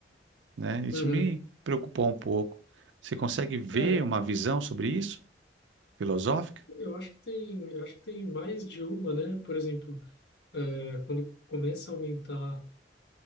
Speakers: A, on the right (about 85°); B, on the left (about 60°).
A: né? Isso
B: Uhum.
A: me preocupou um pouco. Você consegue ver
B: É,
A: uma visão sobre isso? Filosófica?
B: eu acho que tem, eu acho que tem mais de uma, né? Por exemplo, é, quando começa a aumentar